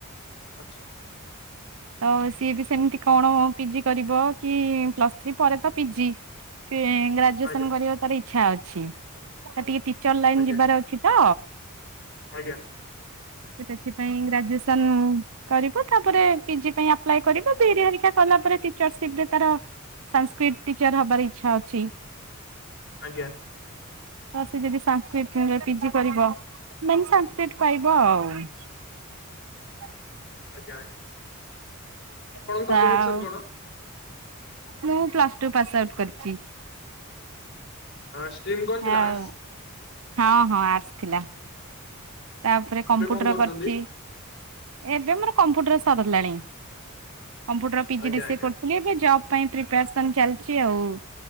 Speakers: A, on the left; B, on the right.
A: ଆଚ୍ଛା।
B: ତ ସିଏ ବି ସେମିତି କଣ ପିଜି କରିବ କି ପ୍ଲସ ଥ୍ରୀ ପରେ ତ ପିଜି। ଗ୍ରାଜୁଏସନ
A: ଆଜ୍ଞା
B: କରିବା ତାର। ଇଛା ଅଛି ତ ଟିକେ। ଟିଚର ଲାଇନ
A: ଆଜ୍ଞା
B: ଯିବାର ଅଛି ତ।
A: ଆଜ୍ଞା
B: ସେ ସେଥି ପାଇଁ ଗ୍ରାଯୁଏସନ। ସନ କରିବ ତାପରେ। <unintelligible> ପରେଟିରସିପ ରେ ତ ସଂସ୍କ୍ର୍ରିତ୍ ଟିଚର୍ ହବାର ଇଛା ଅଛି
A: ଆଜ୍ଞା
B: ତ ସେ ଯଦି ସାଂସ୍କୃତିରେ ପିଜି କରିବ ମାନେ ସା ପାଇବ ଆଉ
A: ଆଜ୍ଞା ଆଜ୍ଞା ଆପଣଙ୍କ କ୍ୱଲିଫିକେସନ
B: ଆଉ
A: କଣ
B: ମୁଁ ପ୍ଲସ ଟୁ ପାସ୍ ଆଉଟୁ କରଛିି
A: ହଁ ଷ୍ଟିମ୍ କଣ ଥିଲା
B: ଆଉ
A: ଆର୍ଟ୍ସ୍
B: ହଁ ହଁ ଆ ଥିଲା ତାପରେ କମ୍ପ୍ୟୁଟର
A: ଏବେ କଣ କରୁଛନ୍ତି?
B: କରିଛି ଏବେ ମୋର କମ୍ପ୍ୟୁଟର ସରିଲାଣି କମ୍ପୁଟର ପି ଜି
A: ଆଜ୍ଞା
B: ଡି ସି
A: ଆଜ୍ଞା
B: ଏ ସେ କରୁଥିଲ ଏବେ ଜ ପାଇଁ ପ୍ରିପାରେସନ୍ ଚାଲିଛି ଆଉ